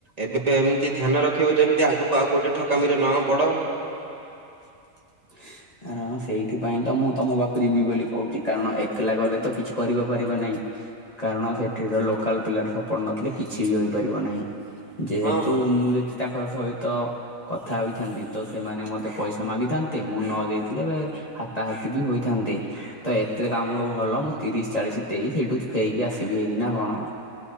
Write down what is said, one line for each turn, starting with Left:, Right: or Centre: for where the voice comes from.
Right: ଏବେ ଏମିତି ଧ୍ୟାନ ରଖିବ ଯେମିତି ଆଗକୁ ଆଉ କୋଉଠି ଠକାମି ରେ ନ ପଡ।
Left: <inaudible> ଆରେ ହଁ ସେଇଥିପାଇଁ ତ ମୁଁ ତମକୁ ଅପ୍ରିବି ବୋଲି କହୁଛି କାରଣ ଏକଲା ଗଲେ ତ କିଛି କରିବା ପାରିବା ନାହିଁ। କାରଣ ସେଠିର ଲୋକାଲ ପିଲାର ସପୋଟ ନଥିଲେ କିଛି ବି ହୋଇପାରିବ ନାହିଁ। ଯେହେତୁ
Right: ହଁ ହଁ।
Left: ମୁଁ ଯଦି ତାଙ୍କ ସହିତ କଥା ହେଥାନ୍ତି ତ ସେମାନେ ମତେ ପଇସା ମାଗିଥାନ୍ତେ ମୁଁ ନ ଦେଇଥିଲେ। ହାତାହାତି ବି ହୋଇଥାନ୍ତେ ତ ଏତେ କାମ ଠୁ ଭଲ ତିରିଶ ଚାଳିଶ ଦେଇ ସେଇଠୁ ଫେକି ଆସିବି ହେଇକି ନା କଣ?